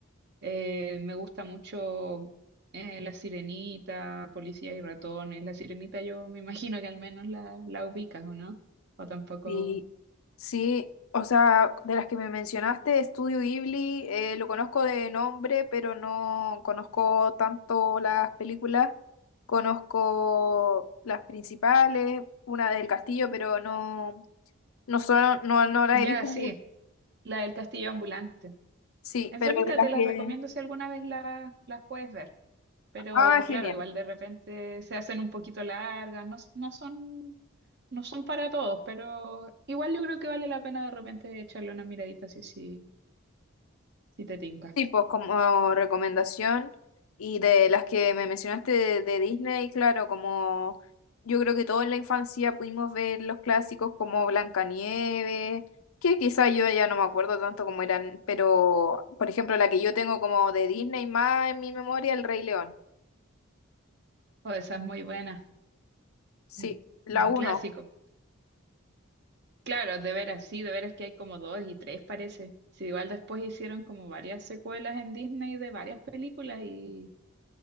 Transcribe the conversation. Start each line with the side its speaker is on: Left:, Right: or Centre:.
Right: Eh, me gusta mucho eh, La Sirenita, Policías y Ratones. La Sirenita yo me imagino que al menos la, la ubicas, ¿o no? O tampoco...
Left: Sí, sí, o sea, de las que me mencionaste, Estudio Ghibli, eh, lo conozco de nombre, pero no conozco tanto las películas. Conozco las principales, una del castillo, pero no, no, solo no, no la
Right: Ya,
Left: he visto
Right: sí,
Left: mucho.
Right: la del Castillo Ambulante.
Left: Sí,
Right: Es
Left: pero
Right: bonita,
Left: de las
Right: te la
Left: que...
Right: recomiendo si alguna vez la, las puedes ver. Pero
Left: Ah, genial.
Right: claro, igual de repente se hacen un poquito largas, no, s- no son, no son para todos, pero igual yo creo que vale la pena de repente echarle una miradita si, si, si te tinca.
Left: Sí, pues como recomendación y de las que me mencionaste de, de Disney, claro, como yo creo que todos en la infancia pudimos ver los clásicos como Blancanieves, que quizá yo ya no me acuerdo tanto cómo eran, pero por ejemplo la que yo tengo como de Disney más en mi memoria, El Rey León.
Right: O esa es muy buena,
Left: Sí,
Right: un
Left: la
Right: un
Left: uno
Right: clásico. Claro, de veras, sí, de veras que hay como dos y tres parece. Sí, igual después hicieron como varias secuelas en Disney de varias películas y